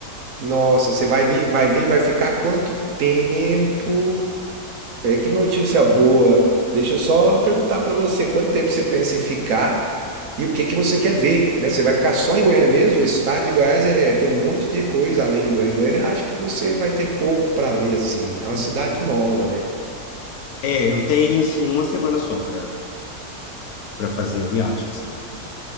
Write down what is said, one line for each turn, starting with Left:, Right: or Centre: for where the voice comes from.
Right: nossa, você vai vir, vai vir, vai ficar quanto tempo? É que notícia boa. Deixa eu só perguntar pra você, quanto tempo você pensa em ficar e o que que você quer ver, né? Você vai ficar só em Goiânia mesmo? O estado de Goiás é, tem um monte de coisa além de Goiânia. Goiânia, eu acho que você vai ter pouco pra ver assim. É uma
Left: Entendi.
Right: cidade nova, né?
Left: É, eu tenho, assim, uma semana só para para fazer a viagem, assim,